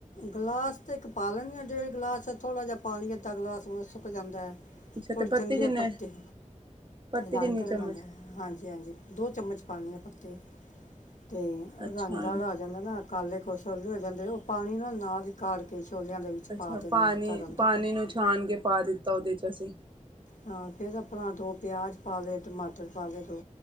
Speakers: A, on the left; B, on the right.
A: ਗਲਾਸ ਤੇ ਇੱਕ ਪਾ ਲੈਣੀ ਆ ਡੇਢ ਗਲਾਸ ਥੋੜ੍ਹਾ ਜਿਹਾ ਪਾਣੀ ਅੱਧਾ ਗਲਾਸ ਹੁਣ ਸੁੱਕ ਜਾਂਦਾ ਹੈ
B: ਅੱਛਾ
A: ਥੋੜੇ
B: ਤੇ ਪੱਤੀ
A: ਚੰਗੇ
B: ਕਿੰਨੇ
A: ਆ ਪੱਤੇ
B: ਪੱਤੀ
A: ਰੰਗ
B: ਕਿੰਨੀ
A: ਕਢਨਾ
B: ਚਮਚ
A: ਹਾਂਜੀ ਹਾਂਜੀ ਦੋ ਚਮਚ ਪਾਉਣੀ ਆ ਪੱਤੇ ਅਤੇ
B: ਅੱਛਾ
A: ਰੰਗ ਵਾਲਾ ਆ ਜਾਂਦਾ ਨਾ ੇ ਕੋ ਹੋ ਜਾਂਦੇ ਉਹ ਪਾਣੀ ਨਾਲ ਨਾਲ ਹੀ ਕਾ ਕੇ ਛੋਲਿਆਂ ਦੇ ਵਿੱਚ
B: ਅੱਛਾ
A: ਪਾ ਦਿੰਦੀ
B: ਪਾਣੀ
A: ਹਾਂ ਤਰਨ ਤੋਂ
B: ਪਾਣੀ
A: ਪਹਿਲਾਂ
B: ਨੂੰ ਛਾਣ ਕੇ ਪਾ ਦਿੱਤਾ ਉਹਦੇ ਚ ਅਸੀਂ
A: ਹਾਂ ਫੇਿਰ ਆਪਣਾ ਦੋ ਪਿਆਜ ਪਾ ਲ ਟਮਾਟਰ ਪਾ ਲ ਦੋ